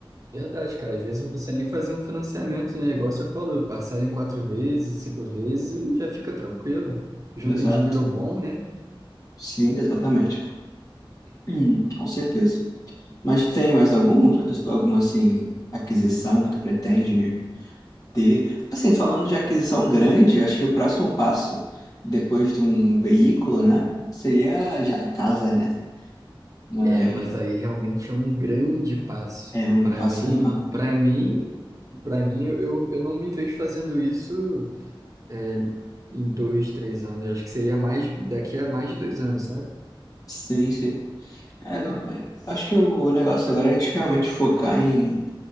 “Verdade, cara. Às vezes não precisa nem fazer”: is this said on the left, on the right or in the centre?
Right